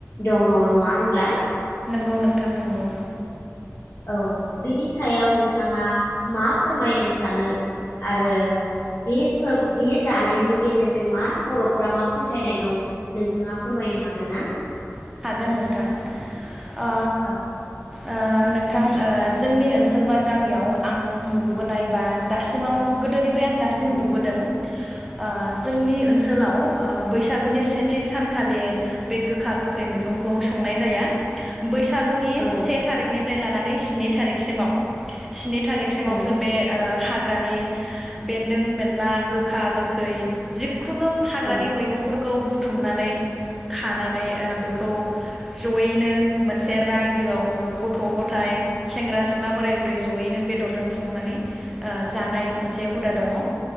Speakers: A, on the left; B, in the centre.
A: दङ नङा होनब्ला
B: नोंगौ नोंथां नोंगौ
A: औ बेनि सायाव नोंथाङा मा फोरमायनो सानो आरो बे फो बे जानायनि गेजेरजों मा बर'फ्रा मा फोथायनाय दं नोंथाङा फोरमायनो हागोन ना
B: हागोन नोंथां ओ
A: औ
B: ओ नोंथां जोंनि ओनसोल बा गामियाव आं नुबोनाय बा दासिमाव गोदोनि फ्राय आं दासिम
A: औ
B: नुबोदों ओ जोंनि ओनसोलाव ओ बैसागुनि सेथि सानखालि बे गोखा गोख खै मैगंखौ संनाय जाया बैसागुनि
A: औ
B: से थारिकनि फ्राय लानानै स्नि थारिखसिमाव स्नि थारिखसिमावसो
A: औ
B: बे ओ हागौ ग्रानि बेन्दों बेनला गोखा गोखै जिक खुनु हाग्रानि
A: औ
B: मैगंफोर खौ बुथुमनानै खानानै ओब बेखौ जयैनो मोनसे राय जोआव
A: औ औ
B: गथ' गथाइ सेंग्रा सिख्ला बोराय बुरै जयैनो बेदरजों संनानै ओ जानाय मोनसे हुदा दङ